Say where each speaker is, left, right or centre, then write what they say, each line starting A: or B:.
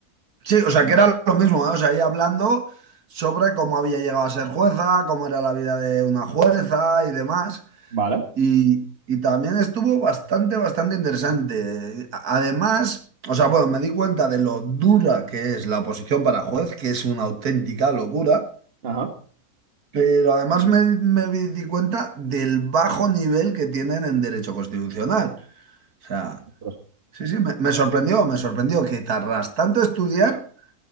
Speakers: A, on the right (about 80°); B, on the right (about 45°).
A: Sí, o sea, que era lo mismo, ¿eh? O sea, ella hablando sobre cómo había llegado a ser jueza, cómo era la vida de una jueza y demás.
B: Vale.
A: Y, y también estuvo bastante, bastante interesante. A- Además, o sea, bueno, me di cuenta de lo dura que es la oposición para juez, que es una auténtica locura,
B: Ajá.
A: pero además me, me vi- di cuenta del bajo nivel que tienen en derecho constitucional. O sea,
B: Ostras,
A: sí, sí, me, me sorprendió, me sorprendió que tardas tanto estudiar